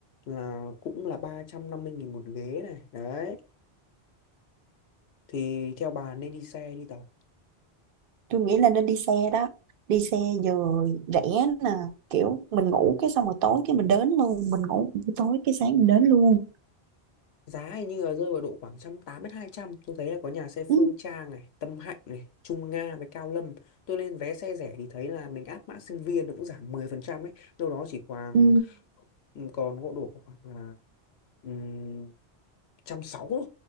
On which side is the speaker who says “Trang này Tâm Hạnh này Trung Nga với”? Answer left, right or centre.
Left